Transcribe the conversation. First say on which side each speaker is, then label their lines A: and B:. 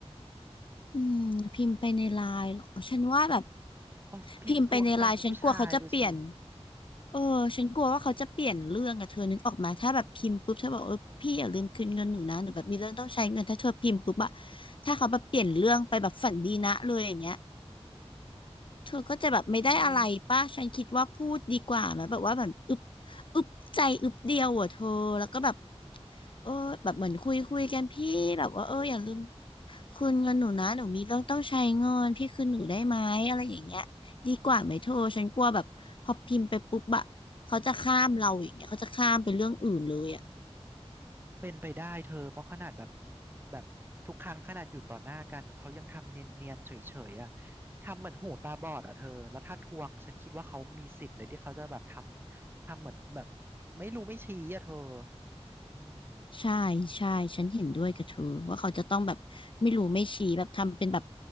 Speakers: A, on the left; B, on the right.
A: อืมพิมพ์ไปในไลน์เหรอฉันว่าแบบ
B: โอ้พิมพ์ทวงตังค์ผู้ชายดูสิ
A: พิมพ์ไปในไลน์ฉันกลัวเขาจะเปลี่ยนเออฉันกลัวว่าเขาจะเปลี่ยนเรื่องอะเธอนึกออกมาถ้าแบบพิมพ์ปุ๊บเธอบอกเออพี่อย่าลืมคืนเงินหนูนะหนูแบบมีเรื่องต้องใช้เงินถ้าเธอพิมพ์ปุ๊บอะถ้าเขาแบบเปลี่ยนเรื่องไปแบบฝันดีนะเลยอย่างเงี้ยเธอก็จะแบบไม่ได้อะไรป่ะฉันคิดว่าพูดดีกว่าไหมแบบว่าแบบอึบ
B: เฮ้ย
A: อึบใจอึบเดียวอะเธอแล้วก็แบบ เออแบบเหมือนคุยคุยกันพี่แบบว่าเอออย่าลืมคืนเงินหนูนะหนูมีเรื่องต้องใช้เงินพี่คืนหนูได้ไหมอะไรอย่างเงี้ยดีกว่าไหมเธอฉันกลัวแบบพอพิมพ์ไปปุ๊บอะเขาจะข้ามเราอย่างเงี้ยเขาจะข้ามไปเรื่องอื่นเลยอะ
B: เป็นไปได้เธอเพราะขนาดแบบแบบทุกครั้งขนาดอยู่ต่อหน้ากันเขายังทำเนียนๆเฉยๆอ่ะทำเหมือนหูตาบอดอ่ะเธอแล้วถ้าทวงฉันคิดว่าเขามีสิทธิ์เลยที่เขาจะแบบทำทำเหมือนแบบไม่รู้ไม่ชี้อ่ะเธออืม
A: ใช่ใช่ฉันเห็นด้วยกับเธอว่าเขาจะต้องแบบไม่รู้ไม่ชี้แบบทำเป็นแบบ